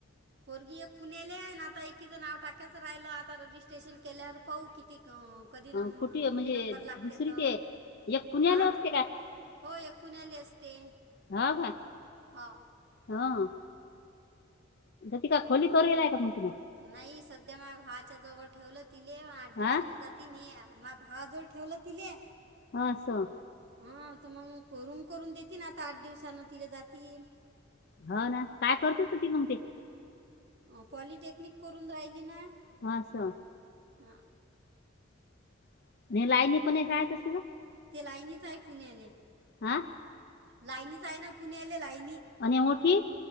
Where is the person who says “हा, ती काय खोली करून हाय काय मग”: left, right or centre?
Left